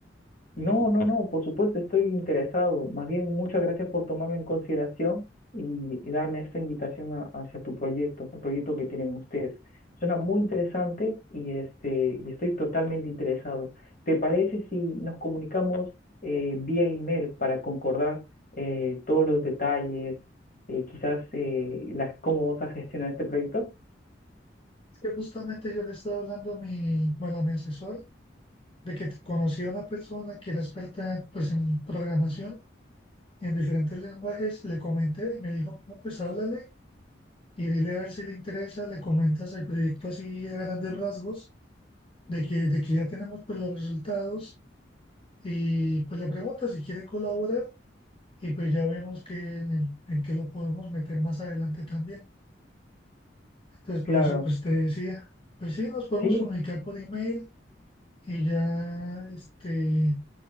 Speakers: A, on the left; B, on the left.
A: No, no, no, por supuesto estoy interesado. Más bien, muchas gracias por tomarme en consideración y, y darme esta invitación a- hacia tu proyecto, el proyecto que tienen ustedes. Suena muy interesante y, este, y estoy totalmente interesado. ¿Te parece si nos comunicamos eh, vía email para concordar eh, todos los detalles, eh, quizás eh, las, cómo vamos a gestionar este proyecto?
B: Es que justamente yo le estaba hablando a mi, bueno, a mi asesor de que conocí a una persona que era experta pues en programación en diferentes lenguajes, le comenté y me dijo, no, pues háblale y dile a ver si le interesa, le comentas el proyecto así a grandes rasgos de que, de que ya tenemos pues los resultados y pues la pregunta si quiere colaborar y pues ya vemos que en, el- en qué lo podemos meter más adelante también. Entonces
A: Claro,
B: por eso pues te decía, pues sí, nos podemos
A: sí,
B: comunicar por email y ya este,